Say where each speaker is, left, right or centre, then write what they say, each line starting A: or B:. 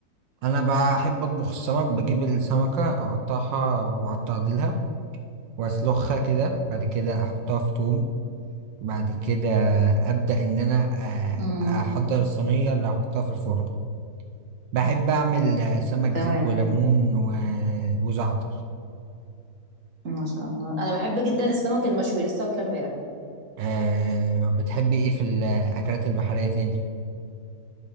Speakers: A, on the right; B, on the right.
A: انا بحب اطبخ السمك بجيب السمكه اقطعها واقطع ديلها واسلخها كده بعد كده احطها في توم بعد كده ابدا ان انا
B: امم
A: آه، احضر الصينيه اللي هحطها في الفرن بحب اعمل آه، سمك
B: تمام
A: زيت وليمون و- وزعتر
B: ما شاء الله انا بحب جدا السمك المشوي لسه واكله امبارح
A: أه بتحبي ايه في الاكلات البحريه تاني